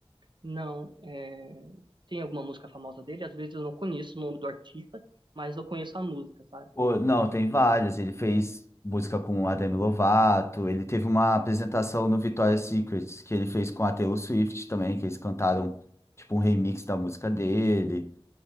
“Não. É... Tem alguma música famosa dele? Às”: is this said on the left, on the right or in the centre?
Right